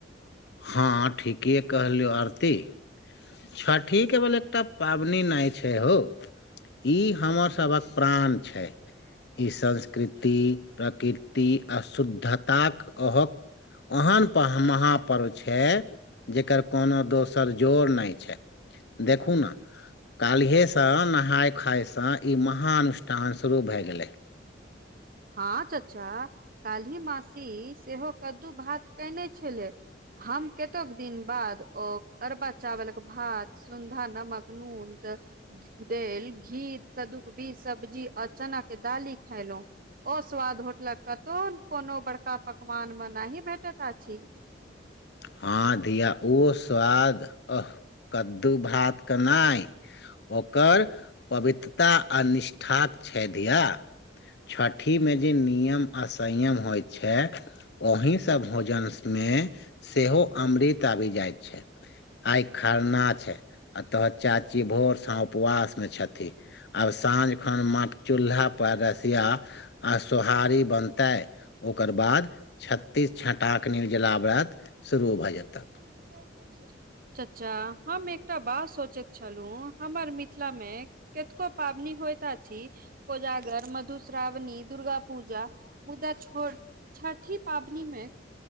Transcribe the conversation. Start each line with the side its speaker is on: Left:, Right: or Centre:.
Left: हँ ठीकेे कहलियौ आरती छठि केवल एकटा पाबनि नहि छै हो ई हमर सभक प्राण छै ई संस्कृति प्रकृति आ शुद्धताक अहक ओहन महापर्व छै जेकर कोनो दोसर जोर नै छै देखू ना काल्हिसँ नहाय खुायसँ ई महानुष्ठान शुरू भए गेलै
Right: हँ चाचा काल्ही मासी सेहो कद्दू भात कयने छलै हम कतेक दिन बाद ओ अरबा चावल के भात सुंधा नमक नून द देल घी सद्दूक बीज सब्जी आ चना के दाली खेलहु ओ स्वाद होटलक कतहु कोनो बड़का पकवानमे नहि भेटैत अछि
Left: हँ धिया ओ स्वाद अह कद्दू भातके नै ओकर पवित्रता आ निष्ठाके छै धिया छठिमे जे नियम आ संयम होइ छै ओहि से भोजन स्नेह सेहो अमृत आबि जाइत छै आई खरना छै आ तोहर चाची भोरसे उपवास में छथि आब साँझ खन मट चूल्हा पर रसिया आ सोहारी बनतै ओकर बाद छत्तीस छटाके निर्जला व्रत शुरू भऽ जेतक
Right: क <unintelligible> चच्चा हम एकटा बात सोचैत छलहुँ हमर मिथिला मे केतको पाबनी होइत अछी कोजागर मधु श्रावणी दुर्गा पूजा मुदा छो छठि पाबनी मे